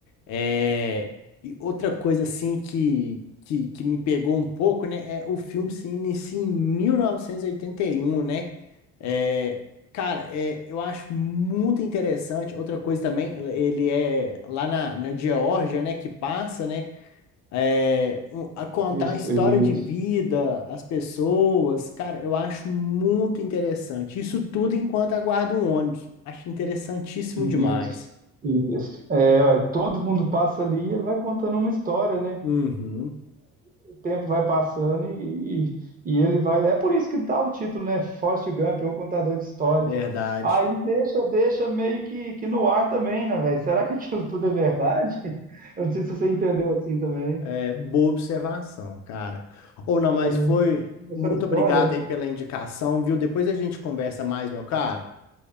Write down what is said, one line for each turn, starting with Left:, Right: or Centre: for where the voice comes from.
Left: É, e outra coisa, assim, que, que, que me pegou um pouco, né, é o filme se inicia em 1981 né? É, cara, é, eu acho muito interessante. Outra coisa também, ele ele é lá na, na Geórgia, né, que passa, né? é, um- a contar
Right: Isso,
Left: a história
Right: isso,
Left: de vida, as pessoas, cara, eu acho muito interessante. Isso tudo enquanto aguardo um ônibus. Acho interessantíssimo
Right: isso,
Left: demais.
Right: isso. É, ó, todo mundo passa ali e ele vai contando uma história, né?
Left: Uhum,
Right: O tempo vai passando e, e, e ele vai. É por isso que dá o título, né? Forrest Gump, ou contador de histórias.
Left: verdade.
Right: Aí deixa, deixa meio que, que no ar também, né, velho? Será que aquilo tudo é verdade? <laughs> Eu não sei se você entendeu assim também.
Left: É, boa observação, cara. Ou não, mas
Right: É
Left: foi.
Right: é
Left: Muito
Right: só história,
Left: obrigado
Right: né?
Left: aí pela indicação, viu? Depois a gente conversa mais, meu caro.